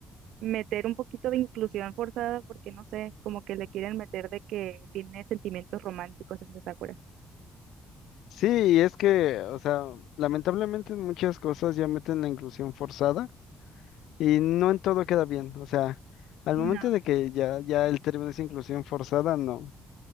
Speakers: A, on the right; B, on the left.
A: meter un poquito de inclusión forzada porque no sé, como que le quieren meter de que tiene sentimientos románticos hacia Sakura.
B: Sí, y es que, o sea, lamentablemente en muchas cosas ya meten la inclusión forzada. Y no en todo queda bien, o sea, al
A: No.
B: momento de que ya, ya el término es inclusión forzada, no.